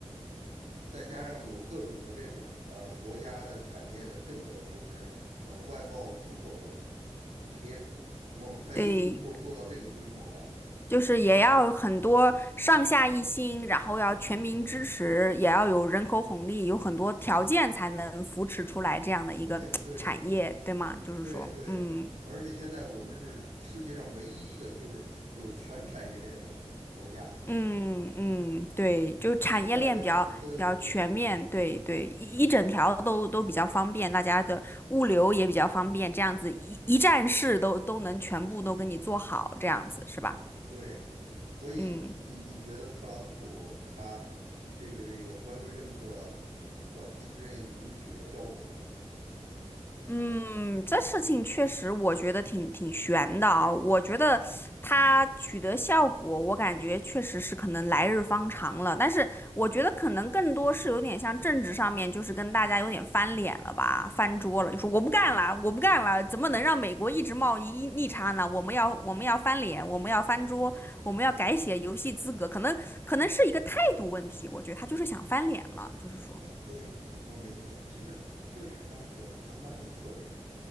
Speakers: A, on the right; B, on the left.
A: 再加上有各种的这种呃国家的产业的政策的扶持，呃外贸出口的补贴，我们才一步一步做到这个规模的。
B: 对，就是也要很多上下一心，然后要全民支持，也要有人口红利，有很多条件才能扶持出来这样的一个产业，
A: 对对。
B: 对吗？就是说，
A: 对对，
B: 嗯
A: 而且现在我们是世界上唯一一个就是有全产业链的国家，
B: 嗯嗯，对，就产业链比较比较全面，
A: 第一、第二、第三产业都有。对，
B: 对对，
A: 嗯，
B: 一一整条都都比较方便，大家的物流也比较方便，这样子一一站式都都能全部都给你做好，这样子是吧？
A: 对，所以你你你觉得特朗普他这个这个关税政策短期之内能取得效果吗？
B: 嗯。嗯，这事情确实我觉得挺挺悬的啊。我觉得他取得效果，我感觉确实是可能来日方长了。但是我觉得可能更多是有点像政治上面，就是跟大家有点翻脸了吧，翻桌了，就说我不干了，我不干了，怎么能让美国一直贸易逆差呢？我们要我们要翻脸，我们要翻桌，我们要改写游戏资格，
A: 嗯，
B: 可能可能是一个态度问题。我觉得他就是想翻脸了，就是说，
A: 呃，对，你说没错，其实这是他一个谈判的策略，